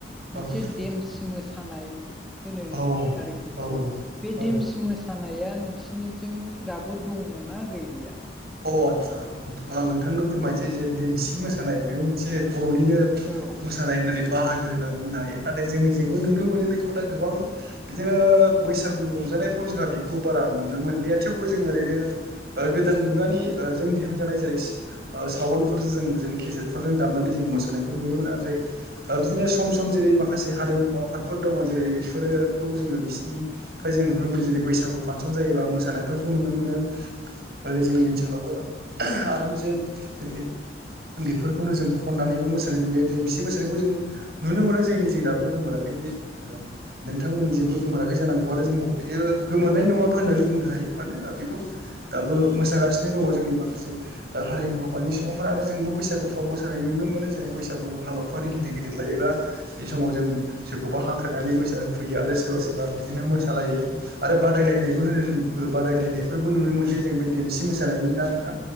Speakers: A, on the right (about 60°); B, in the centre.
A: औ
B: मोनसे
A: नोंथां
B: देमसि मोसानाय होनो
A: औ
B: आरोखि बेखौ
A: औ
B: बे
A: औ
B: देमसि मोसानाया नोंसिनिजों दाबो दङना गैलिया।
A: अ आदसा आं नोंथांनो फोरमायनोसै जे देमसि मोसानाय बेबो मोनसे बर'निनो
B: औ
A: मोसानाय होननानै बाहागो होननानै बुंनो हायो नाथाय जोंनि जेबो नुनो मोनो बेखौ दा गोबां बिदिनो बैसागु रंजा नायफ्राव जोंहा बेखौ बारा नुनो मोनलिया थेवबो जों ओरैनो गोदान मु गानि ओ जों दिहुनजानाय जेरै ओ सावनफोरजों जों केेजेदफोरजों दामनानै जों मोसानायखौ नुयो। ओ बिदिनो सम सम जेरै माखासे हारिमु आफादफोर दङ जेरै बिफोरो खौ जोङो बि सोनिफ्राय जों नुनो मोनो जेरै बैसागु फांनसन जायोबा मोसानायफोरखौ नुनो मोनो ओरै जोंनि ओनसोलावबो आरामसे जेरै बेफोरखौनो जों खननानैबो मोसानाय नुयो देमसि मोसानायखौ जों नुनो मोनो जोंनिजों दाबो गोमोराखै बे ओ नोंथांमोननिजोंबो गोमोराखै जानांगौ आरो जोंङो बेयो गोमोरनाय नङाबो होननानै बुंनो हायो मानोना बेखौ दाबो मोसागासिनो दङ जोंनि माखासे हारिमु आफादनि सुबुंफोरा आरो जोंबो बैसागुफ्राव मोसानाय नुनो मोनो जेरै बैसागु हाबाफारि गिदिर गिदिर लायोब्ला बे समाव जों सोरखौबा हांख्रायनानै मोसा होफैयो आरो। सोरबा सोरबा बिदिनो मोसालायो आरो बादायलायनायबो होनो बादायलायनायफोरबो नुनो मोनसै जों बे देमसि मोसानायनि ना नोंथां